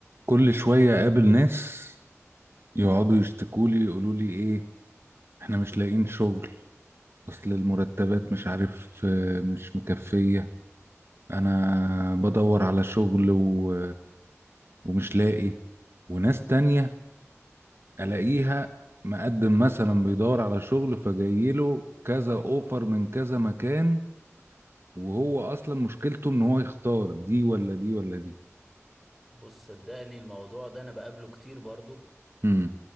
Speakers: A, on the right; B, in the centre.
A: كل شوية أقابل ناس يقعدوا يشتكولي يقولوا لي إيه إحنا مش لاقيين شغل أصل المرتبات مش عارف آه، مش مكفية أنا بدور على شغل و... ومش لاقي وناس تانية ألاقيها مقدم مثلا بيدور على شغل فجايله كذا أوفر من كذا مكان وهو أصلا مشكلته إن هو يختار دي ولا دي ولا دي
B: بص صدقني الموضوع ده انا بقابله كتير برضو
A: امم